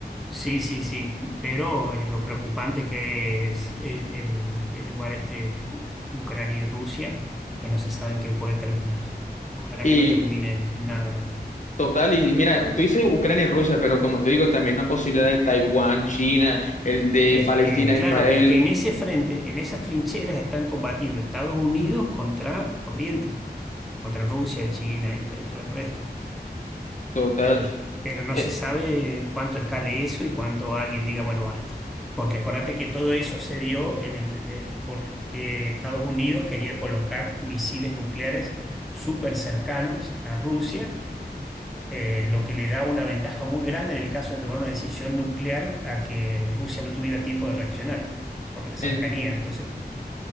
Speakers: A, in the centre; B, on the left.
A: Sí, sí, sí, pero eh, lo preocupante que es, es el, el lugar este, Ucrania y Rusia, que no se sabe en qué puede terminar. Ojalá
B: Y
A: que no termine en nada grande.
B: total, y mira, tú dices Ucrania y Rusia, pero como te digo, también la posibilidad de Taiwán, China, el de
A: Es
B: Palestina,
A: que, claro,
B: Israel,
A: es que en ese frente, en esas trincheras, están combatiendo Estados Unidos contra Oriente, contra Rusia, China y todo, y todo el resto.
B: total.
A: Eh, pero no
B: Eh,
A: se sabe cuánto escale eso y cuánto alguien diga, bueno, basta. Porque acuérdate que todo eso se dio en el, eh, porque Estados Unidos quería colocar misiles nucleares súper cercanos a Rusia, eh, lo que le da una ventaja muy grande en el caso de tomar una decisión nuclear a que Rusia no tuviera tiempo de reaccionar por la cercanía.
B: en-
A: Entonces,